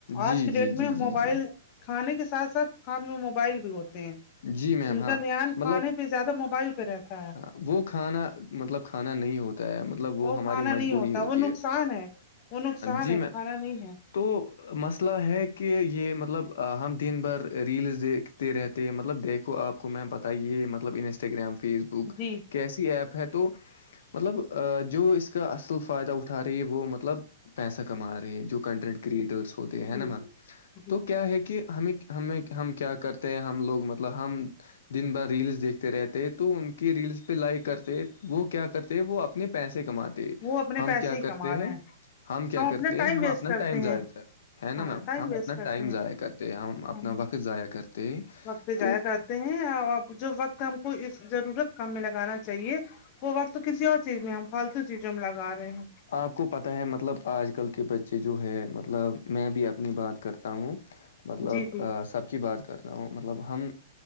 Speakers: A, on the left (about 65°); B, on the left (about 25°).
A: جی
B: آج کے ڈیٹ
A: جی جی
B: میں موبائل
A: جی جی
B: کھانے کے ساتھ ساتھ ہاتھ میں موبائل بھی ہوتے ہیں
A: جی میم
B: ان
A: ہاں
B: کا دھیان
A: مطلب
B: کھانے پہ زیادہ موبائل پہ رہتا ہے
A: ہاں، وہ کھانا مطلب کھانا نہیں ہوتا ہے مطلب مطلب وہ ہماری
B: کھانا
A: مجبوری
B: نہیں ہوتا
A: ہوتی
B: وہ نقصان
A: ہے
B: وہ نقصان
A: جی
B: ہے
A: میں
B: کھانا نہیں ہے
A: تو مسئلہ ہے کہ یہ مطلب ہم دن بھر ریلز دیکھتے رہتے ہے مطلب دیکھو آپ کو میم پتہ یہ مطلب انسٹاگرام فیس بک
B: جی
A: کہ کیسی ایپ ہے تو مطلب جو اس کا اصل فائدہ اٹھا رہی ہے وہ مطلب پیسہ کما رہے ہیں جو کنٹینٹ کریٹرس ہوتے ہے
B: جی
A: نا میم
B: جی جی
A: تو کیا ہے کہ ہمیں ہمیں ہم کیا کرتے ہیں ہم لوگ مطلب ہم دن بھر ریلس دیکھتے رہتے تو ان کے ریلس پہ لائک کرتے وہ کیا کرتے وہ اپنے پیسے کماتے
B: وہ اپنے
A: ہم
B: پیسے
A: کیا
B: ہی
A: کرتے
B: کما رہے
A: ہیں ہم کیا
B: اپنا
A: کرتے
B: ٹائم
A: ہیں ہم
B: ویسٹ
A: اپنا
B: کرتے
A: ٹائم ضائع
B: ہیں
A: کرتے ہے نا
B: ہاں
A: میم
B: ٹائم
A: ہم
B: ویسٹ
A: اپنا
B: کرتے
A: ٹائم ضائع
B: ہیں
A: کرتے ہم اپنا
B: ہاں
A: وقت ضائع کرتے
B: وقت
A: تو
B: ضائع کرتے ہیں جو وقت ہم کو اس ضرورت کام میں لگانا چاہیے وہ وقت تو کسی اور چیز میں ہم فالتو چیزوں میں لگا رہے ہیں
A: آپ کو پتہ ہے مطلب آج کل کے بچے جو ہے مطلب میں بھی اپنی بات کرتا ہوں
B: جی
A: مطلب
B: جی جی
A: سب کی بات کرتا ہوں مطلب ہم